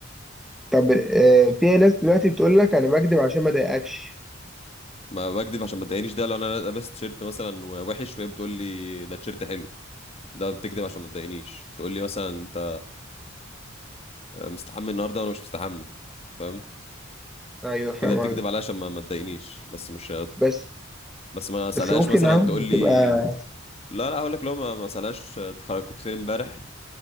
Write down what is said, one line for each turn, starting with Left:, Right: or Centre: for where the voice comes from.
Centre: طب آه، في ناس دلوقتي بتقول لك انا بكدب عشان ما اضايقكش
Left: ما بكدب عشان ما تضايقنيش ده لو انا لابس تيشيرت مثلا وحش وهي بتقول لي ده تيشيرت حلو ده بتكدب عشان ما تضايقنيش تقول لي مثلا انت آه، مستحمي النهارده وانا مش مستحمي فاهم
Centre: ايوه فاهم
Left: كده بتكدب
Centre: قصدي
Left: عليا عشان ما ما تضايقنيش بس مش
Centre: بس
Left: بس ما اسالهاش
Centre: بس ممكن
Left: مثلا
Centre: اه
Left: تقول
Centre: بتبقى
Left: لي لا لا هقول لك لو ما ما اسالهاش تخرج- كنت فين امبارح